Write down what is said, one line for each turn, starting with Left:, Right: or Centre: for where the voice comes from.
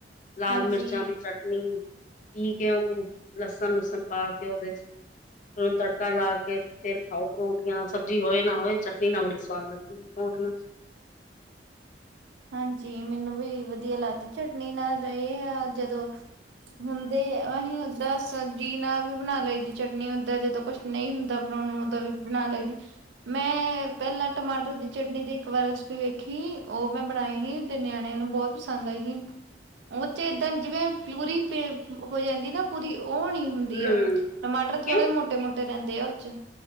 Left: ਲਾਲ
Right: ਹਾਂਜੀ।
Left: ਮਿਰਚਾਂ ਦੀ ਚਟਨੀ, ਪੀ ਕੇ ਉਹਨੂੰ ਲਸਣ- ਲੁਸਣ ਪਾ ਕੇ ਉਹਦੇ ਚ'। ਤੂੰ, ਤੜਕਾ ਲਾ ਕੇ ਫੇਰ ਖਾਓ ਪਰੋਠੀਆਂ, ਸਬਜ਼ੀ ਹੋਏ ਨਾ ਹੋਏ ਚਟਨੀ ਨਾ ਬੜੀ ਸਵਾਦ ਲੱਗੀਆਂ। ਓਕੇ,
Right: ਹਾਂਜੀ, ਮੈਨੂੰ ਵੀ ਵਧੀਆ ਲੱਗਦੀ ਚਟਨੀ ਨਾਲ ਇਹ ਆ ਜਦੋਂ ਹੁੰਦੇ ਅਸੀਂ ਓਦਾਂ ਸਬਜ਼ੀ ਨਾਲ ਵੀ ਬਣਾ ਲਈ ਜ ਚਟਨੀ ਓਦਾਂ ਜਦੋਂ ਕੁਛ ਨਹੀਂ ਹੁੰਦਾ ਬਣਾਉਣ ਨੂੰ ਉਦਾਂ ਵੀ ਬਣਾ ਲੈਦੀ। ਮੈਂ ਪਹਿਲਾਂ ਟਮਾਟਰ ਦੀ ਚਟਨੀ ਦੀ ਇੱਕ ਵਾਰ ਰੈਸਪੀ ਵੇਖੀ ਉਹ ਮੈਂ ਬਣਾਈ ਸੀ ਤੇ ਨਿਆਣਿਆਂ ਨੂੰ ਬਹੁਤ ਪਸੰਦ ਆਈ ਸੀ। ਉਹ ਚ' ਏਦਾਂ ਜਿਵੇਂ ਪੂਰੀ ਪੇ ਹੋ ਜਾਂਦੀ ਨਾ ਪੂਰੀ ਉਹ ਨਹੀ। ਹੁੰਦੀ
Left: ਹੂੰ
Right: ਆ, ਟਮਾਟਰ ਥੋੜੇ
Left: ਕਿਉਂ
Right: ਮੋਟੇ- ਮੋਟੇ ਰਹਿੰਦੇ ਆ ਉਹ 'ਚ।